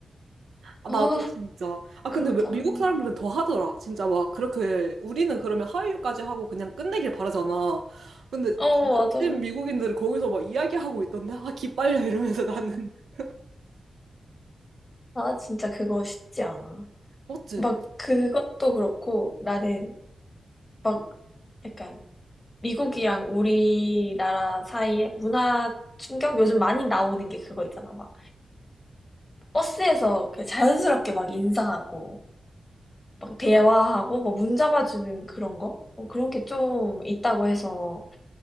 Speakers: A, on the right; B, on the left.
A: 아,
B: 아,
A: 나도 진짜. 아
B: 그런
A: 근데 왜-
B: 상황이.
A: 미국 사람들은 더 하더라. 진짜 막 그렇게 우리는 그러면 하와이유까지 하고 그냥 끝내길 바라잖아. 근데
B: 어,
A: 진짜
B: 맞아.
A: 찐 미국인들은 거기서 막 이야기하고 있던데 아 기빨려 이러면서 나는. <laughs>
B: 아, 진짜 그거 쉽지 않아.
A: 맞지?
B: 막 그것도 그렇고 나는 막 약간 미국이랑 우리나라 사이에 문화 충격 요즘 많이 나오는 게 그거 있잖아. 막 버스에서 그냥 자연스럽게 막 인사하고 막 대화하고 뭐 문 잡아주는 그런 거? 어, 그런 게 좀 있다고 해서.